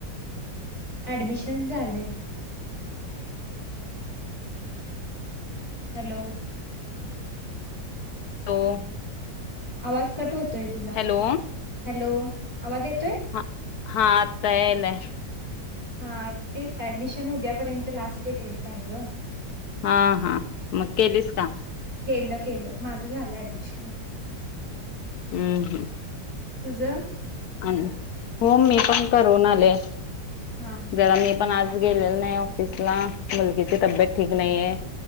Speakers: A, on the left; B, on the left.
A: ऍडमिशन झालय. हॅलो?
B: हॅलो
A: आवाज कट होतोय तुझा,
B: हॅलो
A: हॅलो, आवाज येतोय?
B: हा हा, आत्ता यालाय.
A: हा तेच, ऍडमिशन उद्यापर्यंत लास्ट डेट हाय ग.
B: हा हा, मग केलीस का?
A: केलं केलं, माझं झालं ऍडमिशन.
B: हम् हम्.
A: तुझं?
B: आणि, हो, मी पण करून आले.
A: हा हा
B: जरा मी पण आज गेलेलो नाही ऑफिसला, मुलगीची तब्येत ठीक नाहीेये.